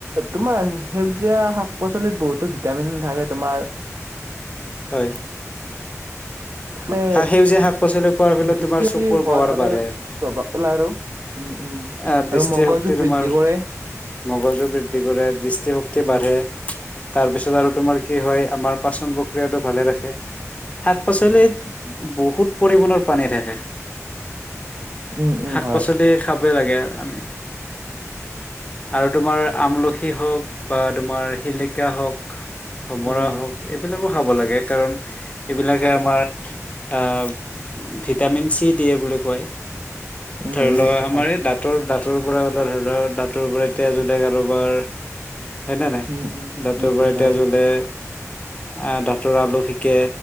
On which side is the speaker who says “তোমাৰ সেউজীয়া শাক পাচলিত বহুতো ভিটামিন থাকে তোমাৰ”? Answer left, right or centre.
Right